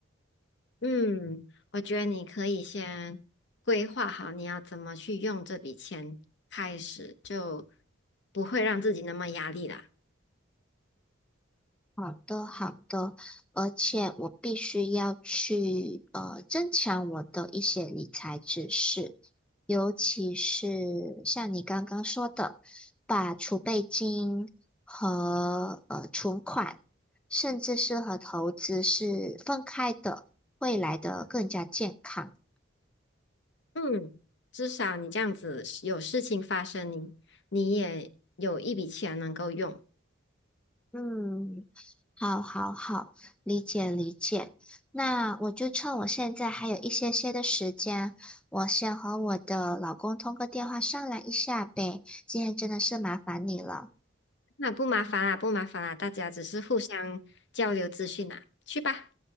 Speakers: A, on the left; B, in the centre.
A: 嗯，我觉得你可以先规划好你要怎么去用这笔钱，开始就不会让自己那么压力啦。
B: 好的，好的，而且我必须要去呃增强我的一些理财知识，尤其是像你刚刚说的，把储备金和呃存款，甚至是和投资是分开的，未来的更加健康。
A: 嗯，至少你这样子有事情发生你，你也有一笔钱能够用，
B: 嗯，好，好，好，理解，理解。那我就趁我现在还有一些些的时间，我先和我的老公通个电话商量一下呗。今天真的是麻烦你了。
A: 那不麻烦啦，不麻烦啦，大家只是互相交流资讯啦，去吧。